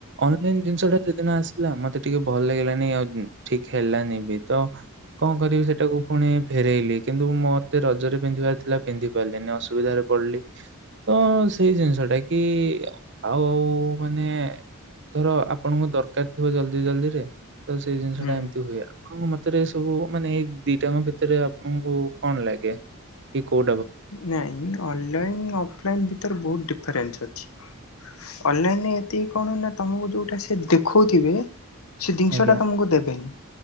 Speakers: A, on the right; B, on the left.
A: ଅନଲାଇନ ଜିନିଷ ଟା ସେଦିନ ଆସିଲା ମତେ ଟିକେ ଭଲ ଲାଗିଲାନି ଆଉ ଠିକ ହେଲାନି ବି, ତ କଣ କରିବି ସେଟାକୁ? ପୁଣି ଫେରେଇଲି କିନ୍ତୁ ମତେ ରଜରେ ପିନ୍ଧିବାର ଥିଲା ପିନ୍ଧି ପାରିଲିନି ଅସୁବିଧାରେ ପଡିଲି। ତ ସେଇ ଜିନିଷଟା କି ଆଉ ଆଉ ମାନେ ଧର ଆପଣଙ୍କୁ ଦରକାର ଥିବ ଜଲଦି ଜଲଦିରେ ତ ସେଇ ଜିନିଷ
B: ହୁଁ
A: ଟା ଏମିତି ହୁଏ। ଆପଣଙ୍କ ମତରେ ସବୁ ମାନେ ଏଇ ଦିଟାଙ୍କ ଭିତରେ ଆପଣଙ୍କୁ କଣ ଲାଗେ କି କୋଉ
B: ନାଇଁ ଅନଲାଇନ ଅଫଲାଇନ ଭିତରେ ବହୁତ ଡିଫରେନ୍ସ ଅଛି। ଅନଲାଇନରେ ଏତିକି କଣ ନା ତମକୁ ଯୋଉଟା ସେ ଦେଖଉଥିବେ ସେ ଜିନିଷ
A: ଆଜ୍ଞା
B: ଟା ତମକୁ ଦେବେନି।